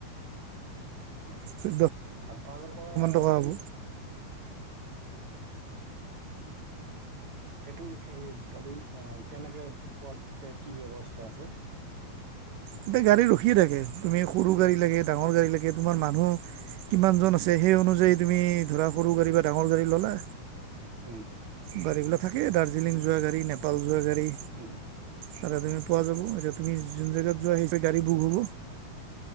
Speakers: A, on the right; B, on the right.
A: হয়।
B: চৈধ্যশমান
A: আপাৰৰপৰা আমি
B: টকা হ'ব
A: সেইটো সে-গালি কেনেকে পোৱা যায় কি ব্যৱস্থা আছে?
B: তাতে গাড়ী ৰখিয়ে থাকে। তুমি সৰু গাড়ী লাগে, ডাঙৰ গাড়ী লাগে তোমাৰ মানুহ কিমানজন আছে সেই অনুযায়ী তুমি ধৰা সৰু গাড়ী বা ডাঙৰ গাড়ী ল'লা।
A: উম।
B: গাড়ীবিলাক থাকে, দাৰ্জিলিং যোৱা গাড়ী, নেপাল যোৱা গাড়ী।
A: হুম।
B: তাতে তুমি পোৱা যাব, এতিয়া তুমি যোন জেগাত যোৱা সেই গাড়ী বুক হ'ব।